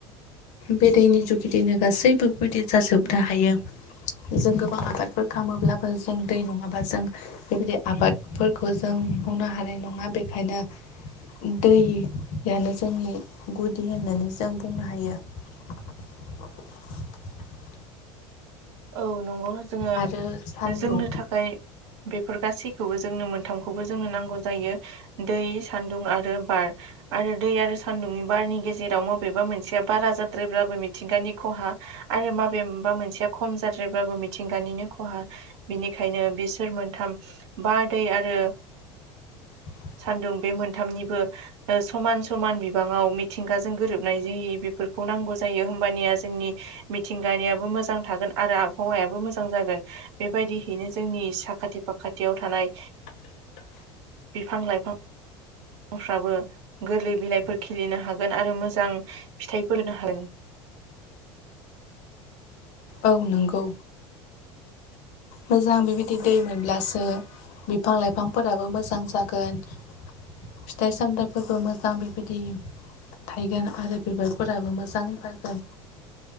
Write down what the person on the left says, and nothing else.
बे दैनि जुगिदिनो गासैबो बेबायदि जाजोबनो हायो जों गोबां आबादफोर खालामोब्लाबो जों दै नङाबा जों बेबायदि आबाद फोरखौ जों नुहनो हानाय नङा बेखायनो दैयानो जोंनि गुदि होननानै जों बुंनो हायो <inaudible>
आरो सान्दुं
<unintelligible>
<unintelligible>
औ नंगौ मोजां बेबायदि दै मोनब्लासो बिफां लाइफांफोराबो मोजां जागोन फिथाइ सामथाइफोरबो मोजां बेबायदि थायगोन आरो बिबारफोराबो मोजां बारगोन